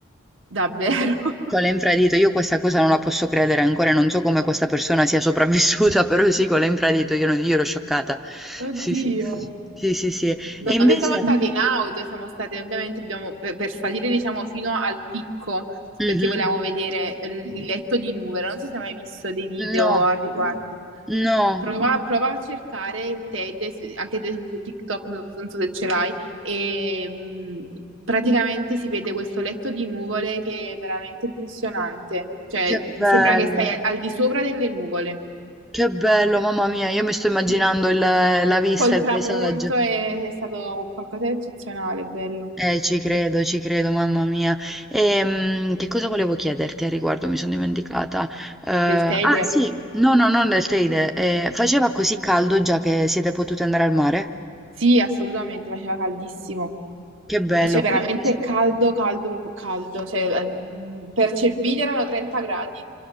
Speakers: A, on the right; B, in the centre.
A: davvero. <laughs>
B: Con l'infradito, io questa cosa non la posso credere ancora, e non so come questa persona sia sopravvissuta, <laughs> però sì, con l'infradito io, non- io ero scioccata.
A: Oddio.
B: Sì, sì. Sì, sì, sì. E
A: No,
B: invece...
A: noi siamo stati in auto, siamo stati ovviamente abbiamo- per, per salire diciamo fino al picco
B: Mhm.
A: perché volevamo vedere il, il letto di Nuvero. Non so se hai mai visto dei video
B: No,
A: al riguardo.
B: no,
A: Prova, No. prova a cercare il Teide, se- anche ad esempio su TikTok, non so, non so se ce l'hai, e mh, praticamente si vede questo letto di nuvole che è veramente impressionante. Cioè,
B: che bello,
A: sembra che stai al al di sopra delle nuvole.
B: che bello, mamma mia, io mi sto immaginando
A: Sì.
B: il- la vista,
A: Col
B: il
A: tramonto
B: paesaggio.
A: è, è stato qualcosa di eccezionale, bello.
B: Eh, ci credo, ci credo, mamma mia. Ehm, che cosa volevo chiederti al riguardo? Mi sono dimenticata. Eh,
A: Del Teide?
B: ah, sì, no, no, non del Teide. Eh, faceva così caldo già che siete potute andare al mare?
A: Sì, assolutamente, faceva caldissimo.
B: Che bello,
A: Cioè,
B: qui
A: veramente
B: invece-
A: caldo, caldo, proprio caldo. Cioè, eh, mh, percepiti erano 30 gradi.